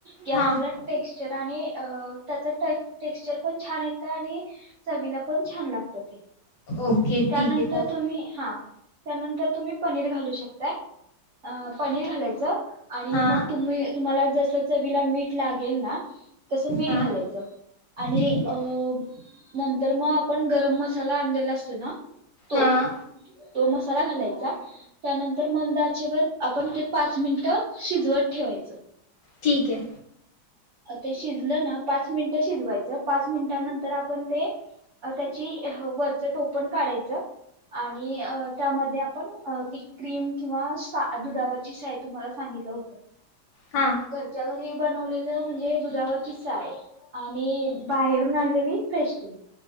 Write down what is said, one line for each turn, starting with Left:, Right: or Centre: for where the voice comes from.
Right: की आपल्याला
Left: हा
Right: टेक्सचर चर आणि अ- त्याचा टे टेक्सचर पण छान येत आणि चवीला पण छान लागत ते,
Left: ओके ठीक
Right: त्यानंतर
Left: आहे चालेल
Right: तुम्ही हा. त्यानंतर तुम्ही पनीर घालू शक काय, पनीर घालायचं. आणि
Left: हा
Right: मग तुम्ही तुम्हाला जस चवीला मीठ लागेल ना तस मीठ
Left: हा
Right: घालायचं आणि
Left: ठीक
Right: अ
Left: आहे
Right: नंतर म पण गरम मसाला आणलेला असतोय ना, तो.
Left: हा
Right: तो मसाला घालायचा, त्यानंत तर मंद आचे वर आपण ते पाच मिनिट शिजवत ठेवायचं.
Left: ठीक आहे.
Right: ते शिजलं ना पाच मिनिटं शिजवायचं पाच मिनिटानंतर आपण ते अत्याची वरचं टोपण काढायचं आणि अ त्यामध्ये आपण अ ती क्रीम किंवा सा दुधावरची साय तुम्हाला सांगितलं होत.
Left: हा
Right: घरच्या घरी. बनवलेलं म्हणजे दुधावरची साय, आणि बाहेरून आणलेली फ्रेश क्रीम.